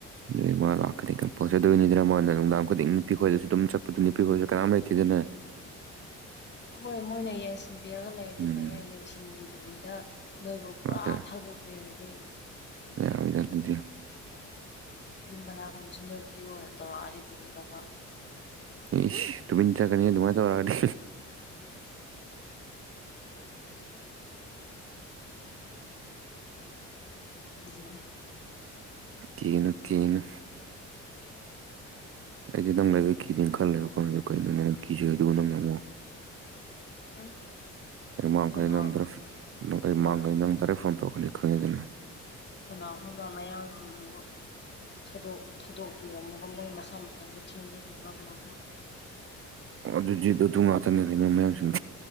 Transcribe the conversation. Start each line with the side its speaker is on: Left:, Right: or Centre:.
Right: ꯑꯗꯩ ꯃꯥ ꯂꯥꯛꯀꯅꯤ ꯀꯝꯄꯜ ꯆꯗꯣꯏꯅꯤꯗꯅ ꯃꯥꯣꯟꯅ ꯅꯨꯡꯗꯥꯡ ꯈꯨꯗꯤꯡ ꯅꯨꯄꯤ ꯈꯣꯏꯗꯁꯨ ꯑꯗꯨꯝ ꯆꯠꯄꯗ ꯅꯨꯄꯤ ꯈꯣꯏꯗꯁꯨ ꯀꯅꯥꯝ ꯂꯩꯇꯦꯗꯅ <unintelligible>
Left: ꯍꯣꯏ ꯃꯣꯏꯅ ꯌꯦꯡꯁꯤꯟꯕꯤꯔꯒ ꯂꯥꯏꯔꯗꯤ
Right: ꯎꯝ
Left: ꯐꯩꯌꯦ ꯌꯦꯡꯁꯤꯟꯕꯤꯗꯕꯤꯗ ꯅꯣꯏꯕꯨ
Right: ꯍꯣꯏꯗ
Left: ꯄꯨꯔꯥ ꯊꯥꯗꯣꯛꯄꯤꯔꯗꯤ
Right: ꯌꯥꯔꯣꯏꯗ ꯑꯗꯨꯗꯤ
Left: ꯌꯨꯝ ꯕꯔꯥꯒꯨꯝꯕꯁꯨ ꯅꯣꯏ ꯄꯤꯔꯣꯅ ꯇꯧꯔꯛꯑꯗꯤ ꯀꯔꯤ ꯇꯧꯕ
Right: ꯏꯁ ꯇꯨꯃꯤ ꯆꯠꯀꯅꯤ ꯑꯗꯨꯃꯥꯏ ꯇꯧꯔꯛ ꯑ ꯗꯤ
Left: ꯀꯤꯖꯩ
Right: ꯀꯤꯒꯅꯨ ꯀꯤꯒꯅꯨ ꯑꯩꯗꯤ ꯅꯪ ꯂꯩꯒ ꯀꯤꯗꯦ ꯈꯜꯂꯦꯕ ꯈꯪꯗꯣ ꯀꯩꯅꯣ ꯅꯪ ꯀꯤꯁꯦ ꯑꯗꯨꯒꯕꯨ ꯅꯪ ꯅ ꯑꯃꯨꯛ
Left: ꯎꯝ
Right: ꯑꯩ ꯃꯥꯡꯈꯦ
Left: ꯀꯅꯥ
Right: ꯅꯪ ꯅ ꯑꯩ
Left: ꯀꯅꯥ
Right: ꯃꯥꯡꯈꯦ ꯅꯪ ꯗꯥꯏꯦꯛ ꯐꯣꯟ ꯇꯧꯔꯒꯅꯤ ꯈꯪꯉꯤꯗꯅ
Left: ꯀꯅꯥ ꯈꯕ ꯃꯌꯥꯝꯁꯤꯡꯗꯨꯕꯨ ꯗꯣꯛ ꯊꯥꯗꯣꯛꯄꯤꯔꯝꯃꯒ ꯃꯣꯏ ꯃꯁꯥ ꯃꯊꯟꯇ ꯊꯦꯟꯖꯈꯤꯕ꯭ꯔꯥ ꯀꯅꯥꯝ ꯈꯪ
Right: ꯑꯗꯨꯗꯤ ꯑꯗꯨ ꯑꯗꯨ ꯉꯥꯛꯇꯅꯦ ꯑꯩꯅ ꯃꯌꯥꯝꯁꯤꯡ